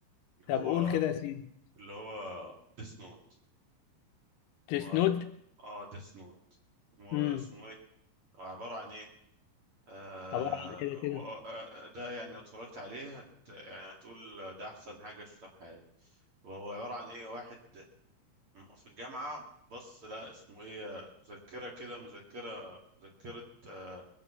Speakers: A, on the right (about 40°); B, on the left (about 80°).
A: اللي
B: طب
A: هو
B: قول كده يا سيدي
A: اللي هو ديس نوت
B: ديس
A: و...
B: نوت
A: اه ديس نوت
B: امم
A: اسمه ايه عبارة عن ايه آه
B: عبارة عن كده كده
A: و- آه، آه، ده يعني لو اتفرجت عليه هت يعني هتقول ده أحسن حاجة شفتها في حياتي وهو عبارة عن إيه واحد في الجامعة بص لا اسمه إيه مذكرة كده مذكرة مذكرة آه